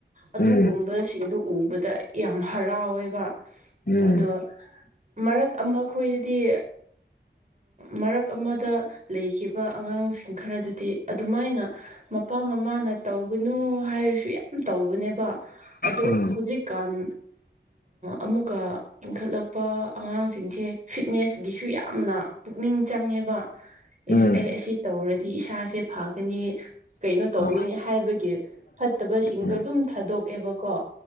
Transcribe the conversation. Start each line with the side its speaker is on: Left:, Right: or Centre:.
Right: ꯑꯗꯨꯒꯨꯝꯕꯁꯤꯡꯗꯨ
Left: ꯎꯝ
Right: ꯎꯕꯗ ꯌꯥꯝ ꯍꯔꯥꯎꯋꯦꯕ
Left: ꯎꯝ
Right: ꯑꯗꯣ ꯃꯔꯛ ꯑꯃ ꯑꯩꯈꯣꯏꯗꯗꯤ ꯃꯔꯛ ꯑꯃꯗ ꯂꯩꯈꯤꯕ ꯑꯉꯥꯡꯁꯤꯡ ꯈꯔꯗꯨꯗꯤ ꯑꯗꯨꯃꯥꯏꯅ ꯃꯄꯥ ꯃꯃꯥꯅ ꯇꯧꯒꯅꯨ ꯍꯥꯏꯔꯁꯨ ꯌꯥꯝ ꯇꯧꯕꯅꯦꯕ ꯑꯗꯣ
Left: ꯎꯝ ꯎꯝ
Right: ꯍꯧꯖꯤꯛ ꯀꯥꯟ ꯑꯃꯨꯛꯀ ꯏꯟꯈꯠꯂꯛꯄ ꯑꯉꯥꯡꯁꯤꯡꯁꯦ ꯐꯤꯠꯅꯦꯁꯀꯤꯁꯨ ꯌꯥꯝꯅ ꯄꯨꯛꯅꯤꯡ ꯆꯪꯉꯦꯕ
Left: ꯎꯝ
Right: ꯏꯁ ꯑꯩ ꯑꯁꯤ ꯇꯧꯔꯗꯤ ꯏꯁꯥꯁꯦ ꯐꯒꯅꯤ ꯀꯩꯅꯣ ꯇꯧꯋꯅꯤ
Left: ꯑ
Right: ꯍꯥꯏꯕꯒꯤ ꯐꯠꯇꯕꯁꯤꯡꯗꯣ
Left: ꯑꯥ
Right: ꯑꯗꯨꯝ ꯊꯥꯗꯣꯛꯑꯦꯕꯀꯣ